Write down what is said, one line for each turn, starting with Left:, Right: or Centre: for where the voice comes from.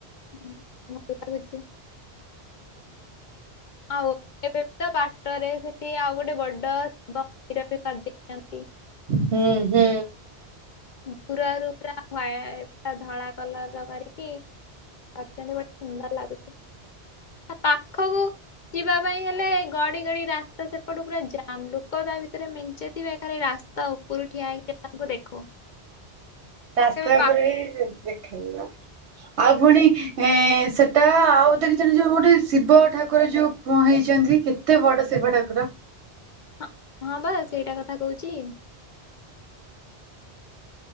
Left: ଭଲ ଲାଗୁଛି ଆଉ ଏବେବି ତ ବାଟରେ ସେଠି ଆଉ ଗୋଟେ ବଡ ଶିବ ମନ୍ଦିର ବି କରିଦେଇଛନ୍ତି।
Right: ହୁଁ ହୁଁ।
Left: ଦୁରରୁ ପୁରା ହ୍ୱାଇଟ ପୁରା ଧଳା କଲର କରିକି। <unintelligible> ସୁନ୍ଦର ଲାଗୁଛି। ପାଖକୁ। ଯିବା ପାଇଁ ହେଲେ ଗଡି ଗଡି ରାସ୍ତା ସେପଟ ପୁରା ଜାମ୍। ଲୋକ ତା ଭିତରେ ମେଞ୍ଚେଥିବେ ଖାଲି ରାସ- ତା ଉପରୁ ଠିଆ ହେଇକି ତାଙ୍କୁ ଦେଖୁ।
Right: ରାସ୍ତା
Left: କେବେ ପା
Right: ଉପରେ ହି ସେମିତି ଦେଖି ହେଇ ଯିବ। ଆଉ ପୁଣି ଏ ସେଟା ଆଉ ଦେଖିଛନ୍ତି ଯୋଉ ଗୋଟେ ଶିବ ଠାକୁର ଯୋଉ। ହେଇଛନ୍ତି କେତେ ବଡ ଶିବ ଠାକୁର।
Left: ହଁ ବା ସେଇଟା କଥା କହୁଛି।